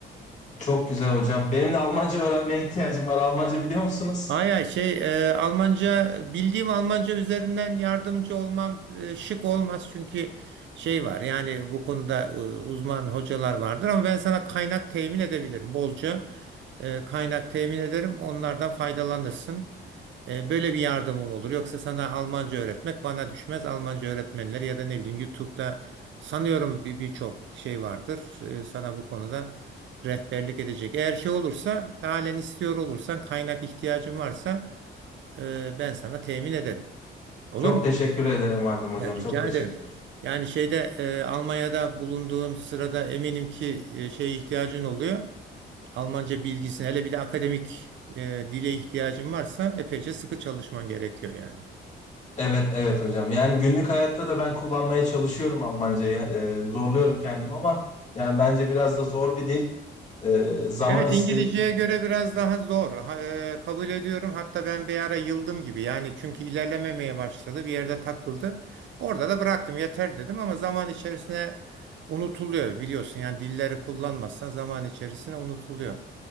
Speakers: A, on the left (about 35°); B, on the right (about 70°).
A: Çok güzel hocam. Benim de Almanca öğrenmeye ihtiyacım var. Almanca biliyor musunuz?
B: Aya şey e, Almanca bildiğim Almanca üzerinden yardımcı olmam e, şık olmaz çünkü şey var yani bu konuda e, uzman hocalar vardır ama ben sana kaynak temin edebilirim bolca e, kaynak temin ederim onlardan faydalanırsın E, böyle bir yardımım olur yoksa sana Almanca öğretmek bana düşmez Almanca öğretmenleri ya da ne bileyim YouTube'da sanıyorum bir birçok şey vardır E, sana bu konuda rehberlik edecek. Eğer şey olursa halen istiyor olursan kaynak ihtiyacın varsa e, ben sana temin ederim. Olur
A: Çok
B: mu?
A: teşekkür ederim Adem hocam.
B: Ya rica
A: Çok teşekkür
B: ederim.
A: ederim.
B: Yani şeyde e, Almanya'da bulunduğun sırada eminim ki e, şeye ihtiyacın oluyor. Almanca bilgisine hele bir de akademik e, dile ihtiyacın varsa epeyce sıkı çalışman gerekiyor yani.
A: Evet evet hocam. Yani günlük hayatta da ben kullanmaya çalışıyorum Almancayı. Ee, zorluyorum kendimi ama yani bence biraz da zor bir dil. Ee, zaman
B: Evet
A: iste
B: İngilizceye
A: istiyor.
B: göre biraz daha zor. Ha, e, kabul ediyorum. Hatta ben bir ara yıldım gibi. Yani çünkü ilerlememeye başladı. Bir yerde takıldı. Orada da bıraktım. Yeter dedim ama zaman içerisinde unutuluyor biliyorsun. Yani dilleri kullanmazsan zaman içerisinde unutuluyor.